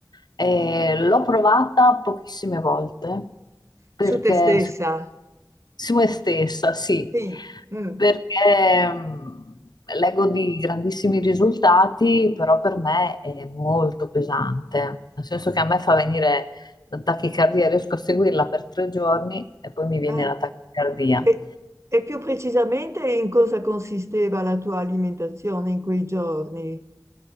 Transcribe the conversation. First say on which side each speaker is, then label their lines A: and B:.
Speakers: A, on the left; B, on the right.
A: eh, l'ho provata pochissime volte, perché
B: su te stessa?
A: su me stessa, sì,
B: Sì. Mm.
A: perché mh, leggo di grandissimi risultati, però per me è molto pesante, nel senso che a me fa venire la tachicardia, riesco a seguirla per tre giorni e poi mi viene
B: Eh,
A: la tachicardia.
B: E, e più precisamente in cosa consisteva la tua alimentazione in quei giorni?